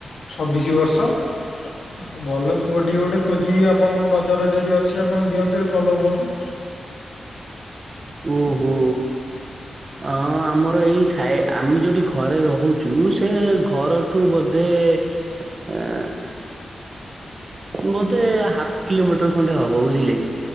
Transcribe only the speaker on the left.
ଛବିଶି ବର୍ଷ ଆ ଭଲ ପୁଅଠି ଗୋଟେ ଖୋଜିକି ଆପଣ ନଜର ଯଦି ଅଛି ଆପଣ ଦିଅନ୍ତେ ଭଲ ହୁଅନ୍ତୁ